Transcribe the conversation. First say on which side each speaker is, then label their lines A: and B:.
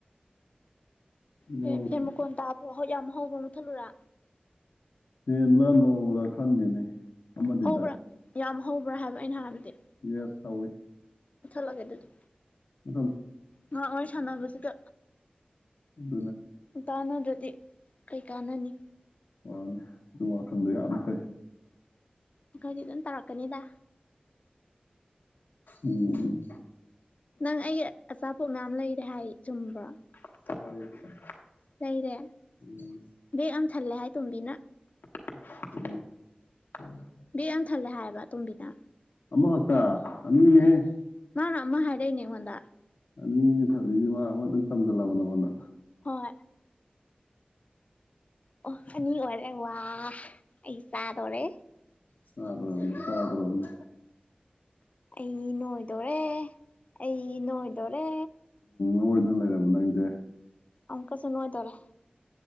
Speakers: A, on the left (about 45°); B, on the left (about 85°).
A: ꯐꯦ
B: ꯅꯣꯡ
A: ꯐꯦꯟ ꯃꯈꯣꯟ ꯇꯥꯕ꯭ꯔꯣ ꯍꯣꯏꯠ ꯌꯥꯝ ꯍꯧꯕ ꯃꯨꯠꯊꯠꯂꯨꯔꯥ
B: ꯍꯦꯟꯂꯥ ꯅꯣꯡꯂꯥ ꯈꯪꯗꯦꯅꯦ ꯑꯃꯗꯤ
A: ꯍꯧꯕ꯭ꯔꯥ
B: ꯇꯥꯏ
A: ꯌꯥꯝ ꯍꯧꯕ꯭ꯔ ꯍꯥꯏꯕ ꯑꯩꯅ ꯍꯥꯏꯕꯗꯤ
B: ꯌꯦꯁ ꯍꯧꯋꯤ
A: ꯃꯨꯠꯊꯠꯂꯒꯦ ꯗꯨꯗꯤ
B: <unintelligible>
A: ꯉꯍꯥꯛ ꯋꯥꯔꯤ ꯁꯥꯟꯅꯕꯁꯤꯗ
B: ꯎꯝ
A: ꯎ ꯄꯥꯜꯅꯗ꯭ꯔꯗꯤ ꯀꯩ ꯀꯥꯟꯅꯅꯤ
B: ꯋꯥꯅꯦ ꯑꯗꯨ ꯋꯥ ꯈꯟꯕ ꯌꯥꯝ ꯐꯩ
A: ꯑꯩꯈꯣꯏꯗꯤ ꯑꯗꯨꯝ ꯇꯧꯔꯛꯀꯅꯤꯗ
B: <inaudible> ꯎꯝ ꯎꯝ
A: ꯅꯪ ꯑꯩꯒꯤ ꯑꯆꯥ ꯄꯣꯠ ꯃꯌꯥꯝ ꯂꯩꯔꯦ ꯍꯥꯏ ꯆꯨꯝꯕ꯭ꯔꯣ
B: <unintelligible>
A: ꯂꯩꯔꯦ
B: ꯎꯝ
A: ꯕꯦꯛ ꯑꯝ ꯊꯜꯂꯦ ꯍꯥꯏ ꯇꯣꯝꯕꯤꯅ
B: <inaudible>
A: ꯕꯦꯛ ꯑꯝ ꯊꯜꯂꯦ ꯍꯥꯏꯌꯦꯕ ꯇꯣꯝꯕꯤꯅ
B: ꯑꯃꯈꯛꯇ ꯑꯅꯤꯅꯦꯍꯦ
A: ꯃꯥꯅ ꯑꯃꯥ ꯍꯥꯏꯔꯛꯏꯅꯦ ꯑꯩꯉꯣꯟꯗꯥ
B: <unintelligible> ꯑꯅꯤꯅꯤ ꯊꯝꯗꯥꯏꯖꯦ ꯃꯥ ꯑꯃꯈꯛꯇꯪ ꯇꯝꯖꯟꯂꯕ ꯅꯉꯣꯟꯗ
A: ꯍꯣꯏ ꯑꯣ ꯑꯅꯤ ꯑꯣꯏꯔꯦ ꯋꯥ ꯑꯩ ꯆꯥꯗꯣꯔꯦ
B: ꯆꯗꯣꯔꯝꯅꯤ ꯆꯥꯗꯣꯔꯝꯅꯤ
A: ꯑꯩ ꯅꯣꯏꯗꯣꯔꯦ ꯑꯩ ꯅꯣꯏꯗꯣꯔꯦ
B: ꯅꯣꯏꯗꯨꯅ ꯂꯩꯔꯕ ꯅꯪꯁꯦ
A: ꯑꯃꯨꯛꯀꯁꯨ ꯅꯣꯏꯗꯣꯔꯦ